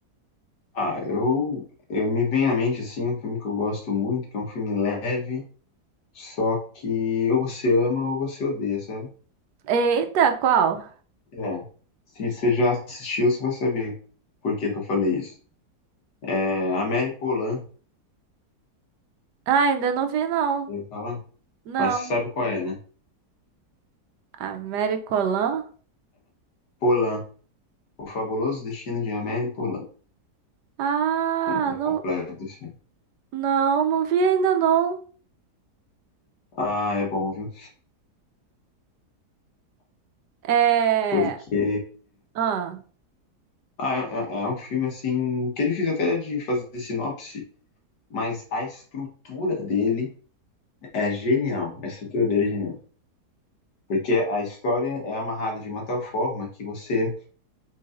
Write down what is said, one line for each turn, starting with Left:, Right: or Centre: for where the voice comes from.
Left: Ah, eu, eu me vem à mente, assim, um filme que eu gosto muito, que é um filme leve, só que ou você ama ou você odeia, sabe?
Right: Eita, qual?
Left: É. Se você já assistiu, você vai saber por que que eu falei isso. É, Amélie Poulain,
Right: Ah, ainda não vi, não.
Left: eu ia falar,
Right: Não.
Left: mas você sabe qual é, né?
Right: Americolan?
Left: Polan, O Fabuloso Destino de Amélie Poulain.
Right: Ah,
Left: Um nome
Right: não,
Left: completo, assim.
Right: não, não vi ainda, não.
Left: Ah, é bom, viu?
Right: É.
Left: Porque
Right: Ah.
Left: ah, é, é- é um filme assim que é difícil até de fazer sinopse, mas a estrutura dele é genial. A estrutura dele é genial. Porque a história é amarrada de uma tal forma que você